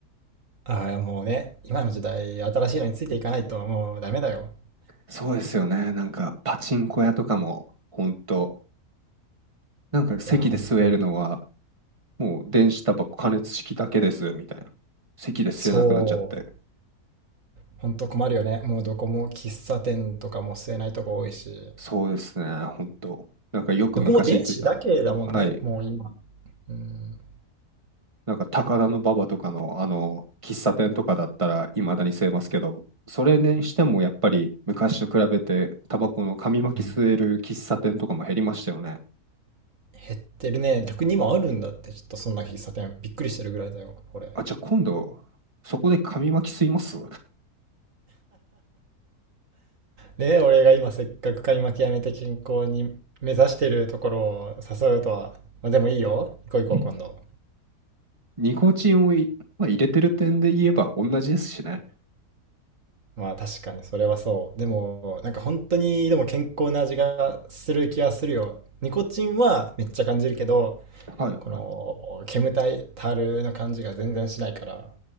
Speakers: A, on the right; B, on the right.
A: ああ、もうね、今の時代、新しいのについていかないと、もうダメだよ。
B: そうですよね。なんか、パチンコ屋とかも、ほんと、なんか席で座るのは、
A: いや、本当に。
B: もう電子タバコ加熱式だけです、みたいな。席で吸えなくなっちゃって。
A: そう、本当困るよね。もうどこも喫茶店とかも吸えないとこ多いし、
B: そうですね、本当。なんかよく昔言ってた。
A: どこも電子だけだもんね、
B: はい。
A: もう今。うん。
B: なんか高田馬場とかのあの喫茶店とかだったらいまだに吸えますけど、それにしてもやっぱり昔と比べてタバコの紙巻き吸える喫茶店とかも減りましたよね。
A: うん減ってるね。逆に今あるんだって、ちょっとそんな喫茶店。びっくりしてるぐらいだよ、これ。
B: あ、じゃあ今度そこで紙巻き吸います
A: で、俺が今せっかく買い負けやめて健康に目指してるところを誘うとは。まあでもいいよ。行こう行こう、
B: <laughs>
A: 今度。
B: ニコチンをい、まあ、入れてる点で言えば同じですしね。
A: まあ確かにそれはそう。でも、なんか本当にでも健康な味がする気はするよ。ニコチンはめっちゃ感じるけど、
B: はいはい。
A: この煙たいたるの感じが全然しないから。